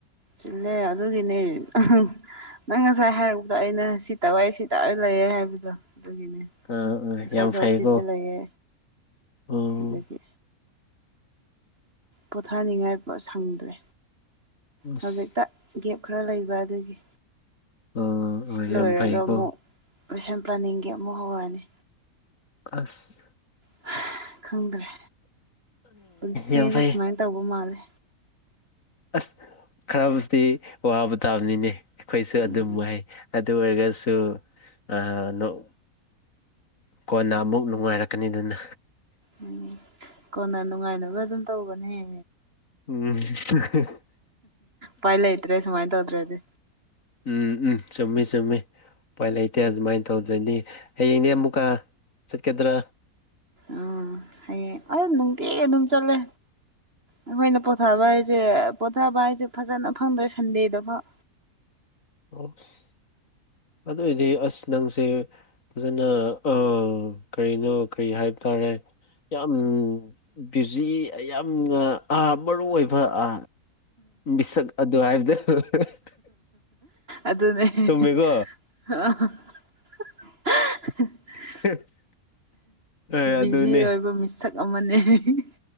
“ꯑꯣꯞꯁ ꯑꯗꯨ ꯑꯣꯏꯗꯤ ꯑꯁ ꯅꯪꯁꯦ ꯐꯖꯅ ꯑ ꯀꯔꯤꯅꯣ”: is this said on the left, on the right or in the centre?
Left